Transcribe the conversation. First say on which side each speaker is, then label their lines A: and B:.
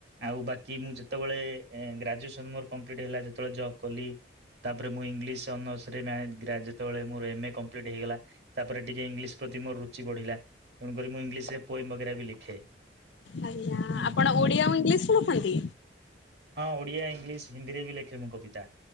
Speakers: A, on the right (about 60°); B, on the left (about 70°).
A: ଆଉ ବାକି ମୁଁ ଯେତେବେଳେ ଗ୍ରାଜୁଏସନ ମୋର କଂପ୍ଲିଟ୍ ହେଲା ଯେତେବେଳେ ଜବ୍ କଲି। ତାପରେ ମୁଁ ଇଂଲିଶ ଅନର୍ସରେ ଯେତେବେଳେ ମୋର ଏମ୍ ଏ କଂପ୍ଲିଟ୍ ହେଇଗଲା। ତାପରେ ଟିକେ ଇଂଲିଶ ପ୍ରତି ମୋର ରୁଚି ବଢ଼ିଲା ତେଣୁ କରି ମୁଁ ଇଂଲିଶରେ ପୋଏମ ବଗେରା ବି ଲେଖେ।
B: ଆଜ୍ଞା
A: ହୁଁ
B: ଆପଣ ଓଡ଼ିଆ ଆଉ ଇଂଲିଶରେ ରଖନ୍ତି?
A: ହଁ ଓଡ଼ିଆ, ଇଂଲିଶ, ହିନ୍ଦୀରେ ବି ଲେଖେ ମୁଁ କବିତା।